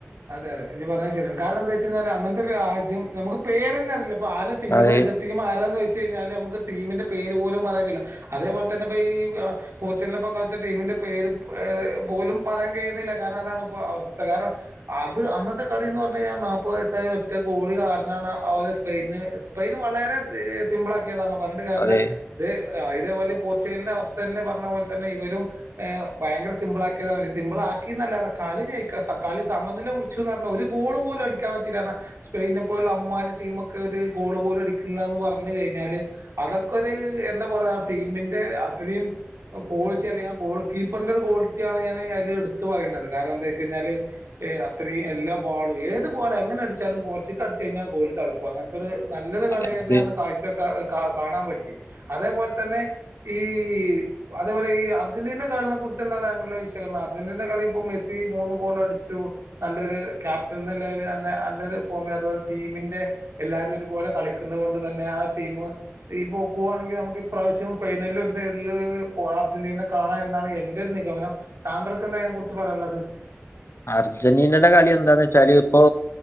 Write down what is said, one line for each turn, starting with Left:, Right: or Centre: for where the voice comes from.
Right: അതെ, അതെ, ഇത്, പറഞ്ഞത്, ശരിയാണ്, കാരണം, എന്താ, വെച്ച കഴിഞ്ഞാല്, അങ്ങനത്തോരു, രാജ്യം, നമുക്ക്, പേരന്ന, അല്ല പ്പോ, ആരാ, ടീം,
Left: അതെ
Right: എതിർ, ടീം, ആരാണന്ന്, വെച്ച്, കഴിഞ്ഞാല്, നമുക്ക് ടീമിന്റെ, പേര്, പോലും, പറയുല്ല, അതേപോലെ,, തന്നെ, ഇ, ഈ, പോർച്ചുഗലിന, ഇപ്പം, കളിച്ച, ടീമിന്റെ, പേര്, പോലും, പറയാൻ, കഴിയുന്നില്ല. കാരണം, അതാണ്, ഇപ്പോ, അവസ്ഥ, കാരണം, അത്, അന്നത്തെ, കളി, എന്ന്, പറഞ്ഞ, കഴിഞ്ഞാൽ, നാപ്പത്, വയസായ, ഒറ്റ, ഗോളി, കാരണാണ്, ആ വ്വ് സ്പെയിന്, സ്പെയിന്, വളരെ, സീ, സിമ്പിൾ, ആ താണ് പറഞ്ഞിട്ട് കാര്യല്ല
Left: അതെ
Right: ഇത് ഇതേപോല, പോർച്ചുഗലിന്റെ, അവസ്ഥന്ന, പറഞ്ഞ, പോലെ, തന്നെ, ഇവരും, ഏ ഭയങ്കര, സിമ്പിൾ, ആക്കിയതാണ്, സിമ്പിൾ ആ ക്കിന്നല്ലാതെ, കളി, ജയിക്കാ, കളി, സമനില, പിടിച്ചുന്ന്, പറഞ്ഞ, ഒരു, ഗോൾ, പോലും, അടിക്കാൻ, പറ്റില്ല, ന്ന്, പറഞ്ഞ, സ്പെയിനെ പോലുള്ള അമ്മാരി, ടീമൊക്കെ, ഒരു ഗോള്, പോലും അടിക്കില്ലന്ന്, പറഞ്ഞ, കഴിഞ്ഞാല്, അതൊക്കെ, ഒരു എന്താ, പറയാ, ടീമിന്റെ, അത്രയും, ക്ലാലിറ്റി അല്ലെങ്ക ആ ഗോൾ, കീപ്പറിന്റെ, ഒരു, ക്വാളിറ്റിണ് ഞാന് അതി ത് പറയണുന്നത്, കാരണം, എന്താ, വെച്ച്, കഴിഞ്ഞാല്, എ, അത്രയും, എല്ലാ, ബോളും, ഏത്, ബോൾ, എങ്ങന, അടിച്ചാലും, പോസ്റ്റിക്ക്, അടച്ച്, കഴിഞ്ഞാ, ഗോളി, തടക്കും, അങ്ങനത്തെരു നല്ലൊരു,
Left: അതെ
Right: കളി,
Left: നമുക്ക്
Right: എന്നെ, അന്ന്, കാഴ്ച, വെക്ക കാണാൻ പറ്റി അതേപോലെ തന്നെ ഈ അതേപോലെ ഈ അർജന്റീനൻ്റെ കളിനെ കുറിച്ച് എന്താ താങ്കളുടെ വിശകലനം അർജന്റീന, കളി, ഇപ്പോ മെസ്സി, മൂന്ന്, ഗോൾ, അടിച്ചു. നല്ലൊരു, ക്യാപ്റ്റൻ, എന്നല്ലെൽ, നല്ല നല്ലൊരു, ഫോമിൽ, അതുപോലെ, ടീമിന്റെ, എല്ലാവരും, ഒരുപോലെ, കളിക്കുന്നത്, കൊണ്ട്, ത, ന്നെ ആ ടീം ഈ, പോക്ക്, പോകുവാണെങ്കിൽ, നമുക്ക്, ഇപ്രാവശ്യം, ഫൈനലിൽ, ഒരു, സൈഡില്, പോ അർജന്റീനെ, കാണാം, എന്നാണ്, എന്റെ, ഒരു നിഗമനം, താങ്കൾ എന്താ, അതിനെ, കുറിച്ച്, പറയാനുള്ളത്?
Left: അർജന്റീനയുടെ, കളി, എന്താന്ന്, വെച്ചാല്, ഇപ്പോ,